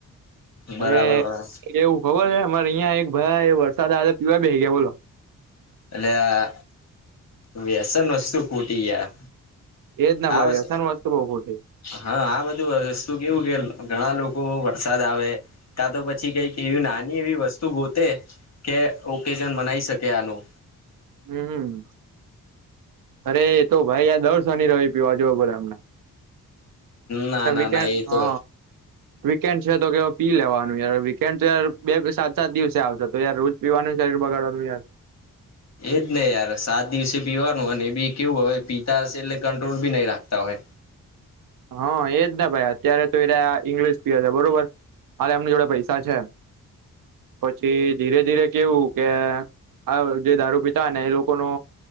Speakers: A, on the right; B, on the left.
A: અરે!
B: બરાબર બરાબર
A: એવું ખબર છે. અમારે અહિયાં એક ભાઈ વરસાદ આવે પીવા બેહી ગયા બોલો?
B: એટલે આ વ્યસન વસ્તુ ખૂટી ગયા.
A: એજ ના
B: આ
A: ભાવી.
B: વસ
A: વ્યસન વાસ્તુ બઉુ ખોટી?
B: હા આ બધું વસ્તુ કેવું કે ઘણા લોકો વરસાદ આવે કા તો પછી કંઈક એવી નાની એવી વસ્તુ ગોતે કે ઓકેઝન મનાઈ શકે આનું
A: હમ્મ અરે એ તો ભાઈ આ દર શનિ રવિ પીવા જઉં પડે ઍમને.
B: ના
A: ઍ
B: ના
A: વિકેન્ડ
B: ના એ
A: હ.
B: તો
A: વીકેન્ડ છે તો કે હવૅ પી લેવાનું યાર વીકેન્ડ તો યાર બે સાત સાત દિવસે આવશે તો યાર રૉજ પીવાનુ શરીર બગાડવાનું યાર.
B: એજ ને યાર સાત દિવસે પીવાનું અને એ બી કેવું હવે પીતા હશે એટલે કંટ્રોલ બી નહીં રાખતા હોય.
A: હ એજ ને ભાઈ અત્યારે તો એ રયા ઇંગ્લિશ પીવે છે બરોબર. હાલ એમની જોડે પૈસા છે પછી ધીરે ધીરે કેવું કે આવ જે દારૂ પિતા ને એ લોકોનો